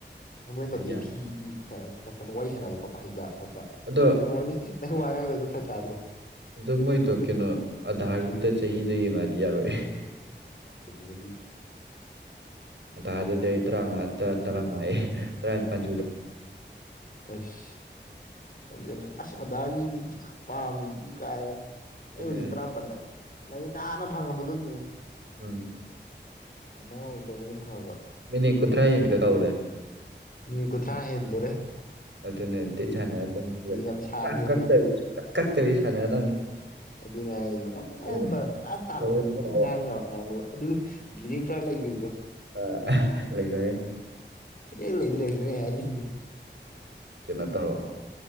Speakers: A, on the left; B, on the right.
A: ꯑꯗꯨꯃꯥꯏꯅ ꯇꯧꯗꯣꯏꯁꯦ
B: ꯌꯥꯝꯃꯦ
A: ꯐꯤ ꯀꯁ ꯋꯥꯔꯤ ꯁꯥꯟꯅꯕ ꯈꯣꯠꯄ ꯍꯩꯕ ꯈꯣꯠꯄ
B: ꯑꯗꯣ
A: ꯅꯪ ꯅꯪ ꯋꯥ ꯉꯥꯡꯗꯣꯏ ꯑꯗꯨꯝ ꯐꯔꯛ ꯇꯥꯗ꯭ꯔꯣ
B: ꯑꯗꯨ ꯃꯣꯏꯗꯣ ꯀꯩꯅꯣ ꯑꯙꯥꯒꯤꯗ ꯆꯍꯤꯗꯣ ꯌꯦꯡꯉꯗꯤ ꯌꯥꯔꯣꯏꯦ
A: ꯑꯆꯥ ꯃꯤꯅꯖ
B: ꯇꯥꯔꯗꯗꯤ ꯑꯩꯔꯥ ꯇꯔꯥꯉ ꯇꯔꯥꯅꯤꯄꯥꯜ
A: ꯑꯁ ꯑꯗꯨꯅ ꯑꯁ ꯑꯗꯥꯒꯤ ꯄꯥꯝꯃꯦ ꯏ ꯀꯥꯏ
B: ꯑꯗꯨꯅꯦ
A: ꯑꯩ ꯍꯧꯖꯤꯛ ꯇꯔꯥꯃꯄꯜ ꯂꯩ ꯅꯥꯟꯅ ꯐꯪꯉꯝꯕ ꯑꯗꯨꯝ ꯌꯦꯨꯅ
B: ꯎꯝ
A: ꯑꯃ ꯑꯣꯏꯗ꯭ꯔꯣꯃ ꯑꯗꯨꯝ ꯐꯕ
B: ꯃꯤꯅꯤꯠ ꯀꯨꯟꯊ꯭ꯔꯥ ꯍꯦꯟꯕꯤꯗꯣ ꯇꯧꯔꯦ
A: ꯃꯤ ꯀꯊ꯭ꯔꯥ ꯍꯦꯟꯗꯔꯦ
B: ꯑꯗꯨꯅ ꯁꯥꯟꯅꯔꯅꯤ
A: ꯌꯥꯝ ꯁꯥꯡꯉꯦ
B: ꯀꯛꯇꯕꯤ ꯁꯥꯟꯅꯔꯗꯕꯅꯤ
A: ꯑꯗꯨꯅꯦ ꯍꯥꯏꯔꯤꯁꯦ
B: ꯍꯣꯔꯦꯟ
A: ꯄꯨꯔꯥ ꯇꯥꯜꯂꯣꯑꯣ
B: ꯍꯣꯔꯦꯟ ꯂꯥꯛꯑꯣ
A: ꯉꯥꯡꯈ꯭ꯔꯣ ꯅꯥꯡꯈ꯭ꯔꯣ ꯑꯗꯨ ꯭ꯂꯤꯤꯡ ꯄꯔꯥ ꯂꯩꯌ
B: ꯑ ꯂꯩꯔꯣꯏꯦ
A: ꯏꯜ ꯏ ꯂꯩꯗꯅꯦ ꯍꯦꯒꯤꯟ
B: ꯀꯩꯅꯣ ꯇꯧꯔꯕ